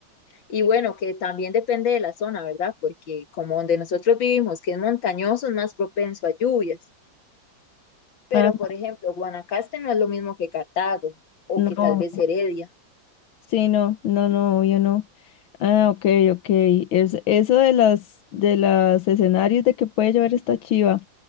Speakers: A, on the left; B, on the left.
A: Y bueno, que también depende de la zona, ¿verdad? Porque como donde nosotros vivimos, que es montañoso, es más propenso a lluvias. Pero,
B: Ah,
A: por ejemplo, Guanacaste no es lo mismo que Cartago o
B: no.
A: que tal vez Heredia.
B: Sí, no, no, no, yo no. Ah, ok, ok. Es, eso de las, de los escenarios de que puede llover esta chiva.